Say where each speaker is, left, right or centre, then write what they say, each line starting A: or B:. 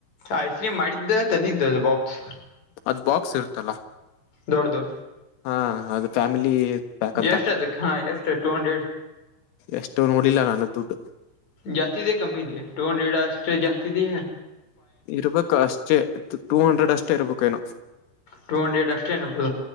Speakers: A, on the left; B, on the left.
A: ಐಸ್ ಕ್ರೀಮ್ ಮಾಡಿದ್ದ ತಂದಿದ್ದ ಅದು ಬಾಕ್ಸ್
B: ಅದ್ ಬಾಕ್ಸ್ ಇರ್ತಲ್ಲ
A: ದೊಡ್ಡದು
B: ಹಾ ಅದು ಫ್ಯಾಮಿಲಿ ಪ್ಯಾಕ್ ಅಂತ
A: ಎಷ್ಟು ಅದಕ್ಕೆ ಹಾ ಎಷ್ಟು ಟೂ ಹಂಡ್ರೆಡ್
B: ಎಷ್ಟು ನೋಡಿಲ್ಲ ನಾನು ದುಡ್ಡು
A: ಜಾಸ್ತಿದೆ ಕಮ್ಮಿದಿಯಾ ಟೂ ಹಂಡ್ರೆಡಷ್ಟ ಜಾಸ್ತಿದೆ
B: ಇರ್ಬೇಕ ಅಷ್ಟೇ ಟೂ ಹಂಡ್ರೆಡ್ ಅಷ್ಟೇ ಇರ್ಬೇಕೆನೋ
A: ಟೂ ಹಂಡ್ರೇಡ್ ಅಷ್ಟೇ ಇರ್ಬೋದು